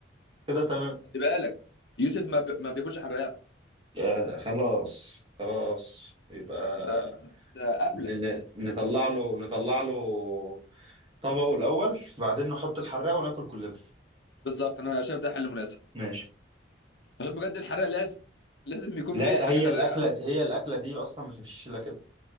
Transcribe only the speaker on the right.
كده تمام
يعني خلاص خلاص يبقى
ن- ن- نطلع له نطلع له طبقه الأول بعدين نحط الحراق وناكل كلنا
ماشي
لا
هي
الاكله دي هي الاكله دي اصلا ما تمشيش الا كده